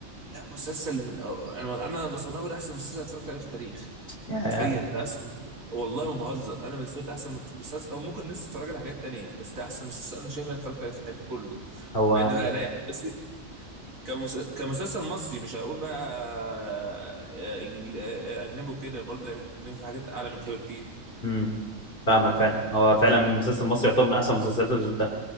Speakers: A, on the right; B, on the left.
A: لا مسلسل من- انا انا بصنفه ده احسن مسلسل اتفرجت عليه في التاريخ
B: ياه
A: حرفيا ده احسن والله ما بهزر انا بالنسبه لي ده احسن مسلسل او ممكن الناس اتفرجت على حاجات تانية بس ده احسن مسلسل انا شايف إن انا اتفرجت عليه في التاريخ كله
B: هو
A: بعيد بقى عن اي حاجة. بس كمس... كمسلسل مصري مش هقول بقى آه، إنجل... آه، آه، اجنبي وكده برضه الاجنبي في حاجات اعلى من كده كتير
B: امم فاهمك فعلا هو فعلا مسلسل مصري يعتبر من احسن المسلسلات اللي شفتها